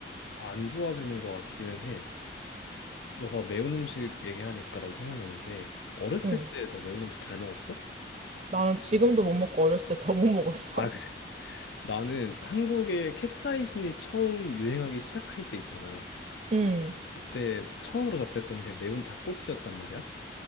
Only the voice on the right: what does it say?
응.
나는 지금도 못 먹고 어렸을 때 더 못 먹었어.
<laughs> 응.